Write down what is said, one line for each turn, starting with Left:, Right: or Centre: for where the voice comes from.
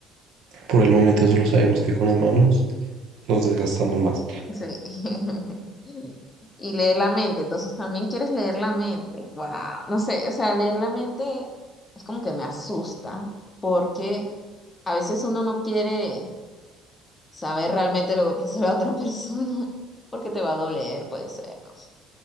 Right: Por el momento solo sabemos que con las manos nos desgastamos más.
Left: Sí. <laughs> Y leer la mente, entonces también quieres leer la mente. Wow, no sé, o sea, leer la mente es como que me asusta porque a veces uno no quiere saber realmente lo que <laughs> piensa la otra persona <laughs> porque te va a doler, puede ser, no sé.